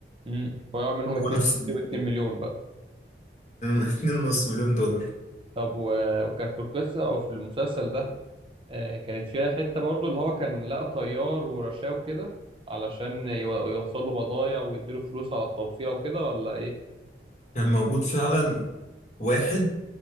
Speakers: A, on the right; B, on the left.
A: امم ويقع منهم 2
B: هو نفس الموضوع
A: 2 <laughs> مليون بقى
B: 2.5 مليون دولار
A: طب و... وكان في القصه وفي المسلسل ده آه، كانت فيها حتة برضو اللي هو كان لقى طيار ورشاه وكده علشان يو- يوصل له بضايع ويديله فلوس على التوصيلة وكده ولا ايه
B: كان موجود فعلا واحد